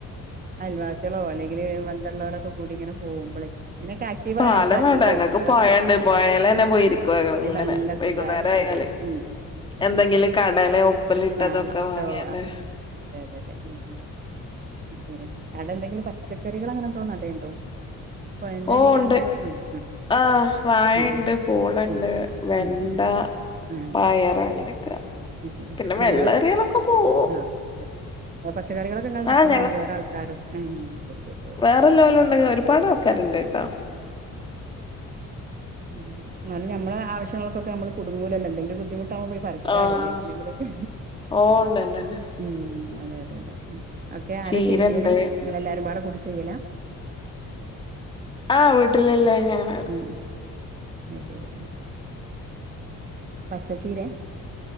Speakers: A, on the right (about 30°); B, on the left (about 15°).
A: അയൽവാസ്യേളോ, അല്ലെങ്കില് ബന്ധള്ളോലൊക്കെ കൂടിങ്ങനെ പോകുമ്പളെ. അയ്നൊക്കെ ആക്റ്റീവായ
B: പാലം
A: ആൾക്കാരില്ലെ.
B: വേണ്ട ഞങ്ങക്ക്
A: ഇങ്ങളെടെ.
B: പൊഴണ്ട് പൊഴേലെന്നെ പോയിരിക്കും ഞങ്ങള്
A: അ
B: ഇങ്ങനെ
A: നല്ല
B: വൈകുന്നേരം
A: സുഖാ. അത് ശര്യ.
B: ആയാല്
A: ഉം ഉം
B: എന്തെങ്കിലും
A: അതെ അതെ
B: കടലേ ഉപ്പിലിട്ടതൊക്കെ
A: ആഹ്
B: വാങ്ങിയാണ്ട്
A: ട്ടോ ആഹ്. അതെ അതെ അതെ ഉം ഉം ശരി അവിടെ എന്തെങ്കിലും പച്ചക്കറികൾ അങ്ങനെ എന്തോ നടേണ്ടോ? പൊഴന്റെ
B: ഓഹ്
A: അരികെ
B: ണ്ട്
A: അങ്ങനെ എന്തോ ആഹ്
B: ആഹ് വാഴേണ്ട്,
A: ഉം ഉം.
B: പൂളണ്ട്,
A: ഉം
B: വെണ്ട
A: ഉം ഉം ഉം
B: പയറ് അങ്ങനെക്കെ
A: അത് ശരി
B: പിന്നെ
A: നിങ്ങള്
B: വെള്ളേറിയാലൊക്കെ പോവും
A: ആഹ് അതെ പച്ചക്കറികളൊക്കെ ഇങ്ങളൾ നട്ടതാണോ
B: ആഹ്
A: വേറെ ആൾക്കാരും ഏഹ് അഹ് ശെരി
B: വേറെല്ലോലൂണ്ട് ഒരുപാട് ആൾക്കാരുണ്ട് ട്ടോ
A: ന്നാലും നമ്മെളെ ആവശ്യങ്ങൾക്കൊക്കെ നമ്മള് കുടുങ്ങൂലല്ലോ എന്തെങ്കിലും ബുദ്ധിമുട്ടാവുമ്പൊഴെ
B: ആഹ്
A: കാലല്ലേ എന്തെങ്കിലൊക്കെ
B: ഓ ഉണ്ട്ണ്ട്ണ്ട്
A: ഉം അതെ അതെ അതെ ഉം ഒക്കെ ആരാ
B: ചീരണ്ട്
A: ചെയ്യല്? നിങ്ങളെല്ലാരും പാടെ കൂടി ചെയ്യലാ?
B: ആഹ് വീട്ടലെല്ലാരാണ്
A: ഉം അഅ് ശരി പച്ചച്ചീരേ?